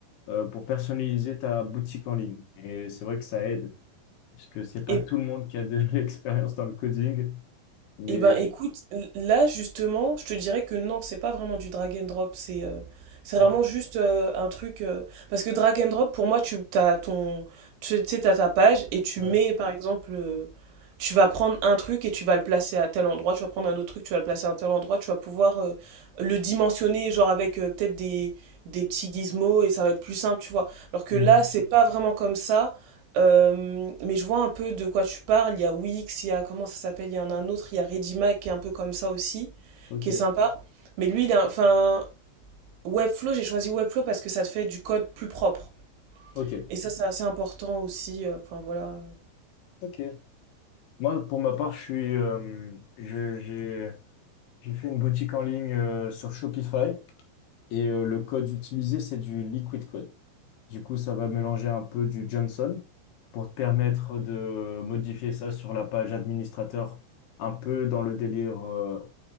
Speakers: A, on the left (about 65°); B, on the right (about 70°).
A: euh, pour personnaliser ta boutique en ligne. Et c'est vrai que ça aide, puisque c'est pas
B: Et,
A: tout le monde qui a de <laughs> l'expérience dans le coding. Mais,
B: et ben écoute, l- là justement, je te dirais que non, c'est pas vraiment du drag and drop, c'est euh, c'est
A: ah,
B: vraiment juste euh, un truc. euh, parce que drag and drop, pour moi, tu t'as ton, tu tu sais, t'as ta page et tu
A: ouais.
B: mets par exemple, euh, tu vas prendre un truc et tu vas le placer à tel endroit, tu vas prendre un autre truc, tu vas le placer à tel endroit, tu vas pouvoir euh, le dimensionner, genre avec euh, peut-être des, des petits gizmos et ça va être plus simple, tu vois. Alors que
A: Hmm.
B: là, c'est pas vraiment comme ça. Euh, mais je vois un peu de quoi tu parles. Il y a Wix, il y a comment ça s'appelle, il y en a un autre, il y a Redimac qui est un peu comme ça aussi,
A: Ok,
B: qui est sympa. Mais lui, il a, enfin, Webflow, j'ai choisi Webflow parce que ça te fait du code plus propre.
A: ok,
B: Et ça, c'est assez important aussi. euh, Enfin voilà.
A: ok. Moi, pour ma part, je suis, euh, je, j'ai, J'ai fait une boutique en ligne euh, sur Shopify et euh, le code utilisé, c'est du Liquid Code. Du coup, ça va mélanger un peu du Johnson pour te permettre de modifier ça sur la page administrateur, un peu dans le délire euh,